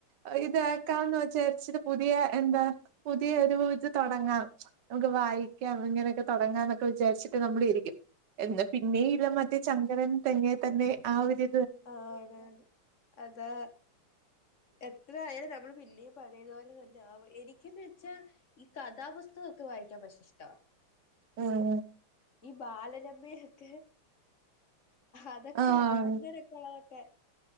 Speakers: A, on the right; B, on the left.
A: ഏഹ് ഇതക്കാംന്ന് വിചാരിച്ചിട്ട് പുതിയ എന്താ? പുതിയ ഒരു ഇത് തൊടങ്ങാം നമുക്ക് വായിക്കാം. ഇങ്ങനെയൊക്കെ തൊടങ്ങാം എന്നൊക്കെ വിചാരിച്ചിട്ട് നമ്മളിരിക്കും. എന്നാ പിന്നെയില്ല മറ്റേ ചങ്കരൻ തെങ്ങേതന്നെ ആ ഒരു
B: ആണാആണ്. അതാ എത്ര ആയാലും നമ്മള് പിന്നെയും പഴയതുപോലെ തന്നാ. ആഹ് എനിക്കന്ന് വെച്ചാ ഈ കഥാപുസ്തക ഒക്കെ വായിക്കാൻ പക്ഷേ ഇഷ്ടാ
A: ഉം
B: ഈ ബാലരമയൊക്കെ അതൊക്കെ
A: ആഹ്
B: അങ്ങനെയൊക്കെള്ളതൊക്കെ